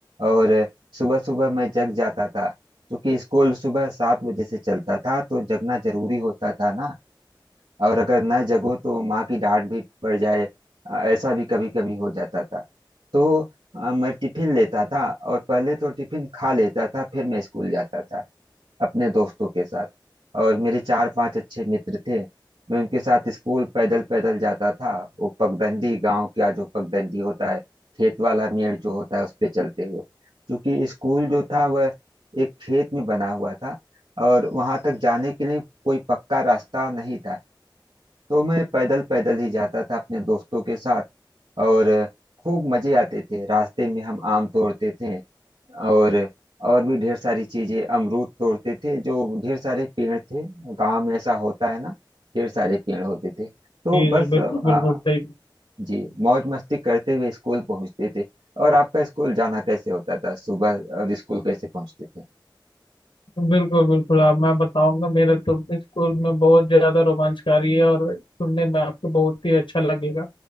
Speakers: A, on the right; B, on the left.
A: और सुबह सुबह मैं जग जाता था क्योंकि स्कूल सुबह सात बजे से चलता था तो जगना जरूरी होता था ना और अगर न जगो तो माँ की डांट भी पड़ जाए अ, ऐसा भी कभी कभी हो जाता था तो अ, मैं टिफिन लेता था और पहले तो टिफिन खा लेता था फिर मैं स्कूल जाता था अपने दोस्तों के साथ और मेरे चार पांच अच्छे मित्र थे मैं उनके साथ स्कूल पैदल पैदल जाता था वो पगडंडी गांव का जो पगडंडी होता है खेत वाला मेड़ जो होता है उस पे चलते हुए क्योंकि स्कूल जो था वह एक खेत में बना हुआ था और वहां तक जाने के लिए कोई पक्का रास्ता नहीं था तो मैं पैदल पैदल ही जाता था अपने दोस्तों के साथ और खूब मजे आते थे रास्ते में हम आम तोड़ते थे और और भी ढेर सारी चीजें अमरूद तोड़ते थे जो ढेर सारे पेड़ थे गांव में ऐसा होता है ना ढेर सारे पेड़ होते थे तो
B: जी
A: बस
B: जी बिल्कुल बिल्कुल
A: आ,
B: सही
A: जी मौज मस्ती करते हुए स्कूल पहुंचते थे और आपका स्कूल जाना कैसे होता था सुबह और स्कूल कैसे पहुंचते थे
B: बिल्कुल बिल्कुल आप मैं बताऊंगा मेरे तो स्कूल में बहुत ज्यादा रोमांचकारी है और सुनने में आपको बहुत ही अच्छा लगेगा